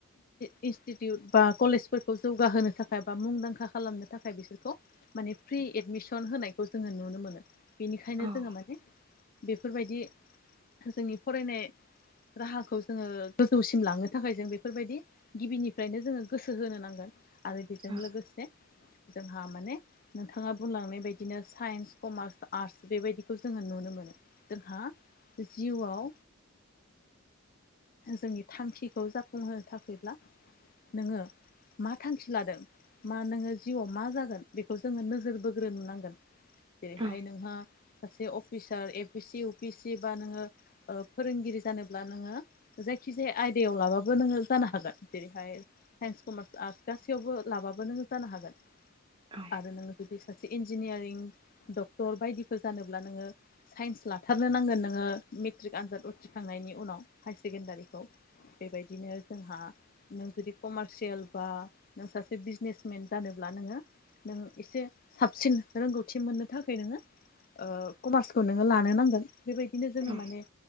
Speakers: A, on the left; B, on the right.
A: इनस्टिटिउट बा कलेजफोरखौ जौगाहोनो थाखाय बा मुंदांखा खालामनो थाखाय बिसोरखौ माने फ्रि एडमिसन होनायखौ जोङो नुनो मोनो बेनिखायनो
B: औ
A: जोङो माने बेफोरबायदि जोंनि फरायनाय राहाखौ जोङो गोजौसिम लांनो थाखाय जों बेफोरबायदि गिबिनिफ्रायनो जोङो गोसो होनो नांगोन आरो बेजों
B: औ
A: लोगोसे जोंहा माने नोंथाङा बुंलांनाय बायदिनो साइन्स कमार्स आर्टस बेबायदिखौ जोङो नुनो मोनो। जोंहा जिउआव जोंनि थांखिखौ जाफुंहोनो थाखायब्ला नोङो मा थांखि लादों मा नोङो जिउआव मा जागोन बेखौ जोङो नोजोर <unintelligible> जेरैहाय
B: औ औ
A: नोंहा सासे officer A P C U P C बा नोङो फोरोंगिरि जानोब्ला नोङो जायखि जखिजाया आयदायाव लाबाबो नोङो जानो हागोन। जेरैहाय साइन्स कमार्स आर्टस गासैयावबो लाबाबो नोङो जानो हागोन।
B: औ
A: आरो नोङो जुदि सासे इन्जिनियारिं डक्टर बायदिफोर जानोब्ला नोङो साइन्स लाथारनो नांगोन नोङो मेट्रिक आनजाद उथ्रिखांनायनि उनाव हाय सेकेणडारिखौ बेबायदिनो जोंहा नों जुदि कमारसियेल बा नों सासे बिजनेसमेन जानोब्ला नोङो नों एसे साबसिन रोंगौथि मोननो थाखाय नोङो कमार्सखौ नोङो लानो नांगोन बेबायदि बिदिनो जोङो
B: औ
A: माने